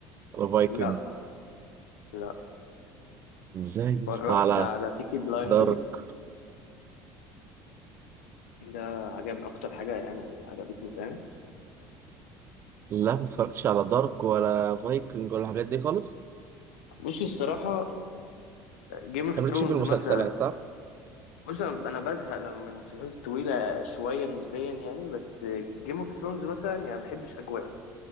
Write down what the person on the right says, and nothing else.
على فايكنج
ازاي
يا اسطى على
دارك
لا ما اتفرجتش على دارك ولا فايكنج ولا الحاجات دي خالص
انت مالكش
في المسلسلات
صح؟